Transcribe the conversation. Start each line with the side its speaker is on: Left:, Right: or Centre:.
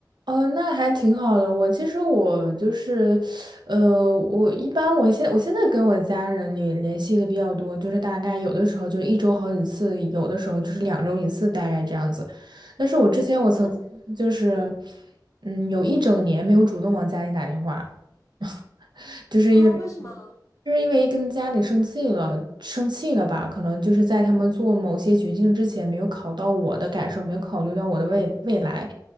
Right: 哦，那还挺好的。我其实我就是，<sucks teeth> 呃，我一般我现我现在跟我家人联联系的比较多，就是大概有的时候就一周好几次，有的时候就是两周一次，大概这样子。但是我之前我曾经就是，
Left: 啊。
Right: 嗯，有一整年没有主动往家里打电话，<laughs> 就是因为。
Left: 啊，为什么？
Right: 就是因为跟家里生气了，生气了吧？可能就是在他们做某些决定之前，没有考到我的感受，没有考虑到我的未未来，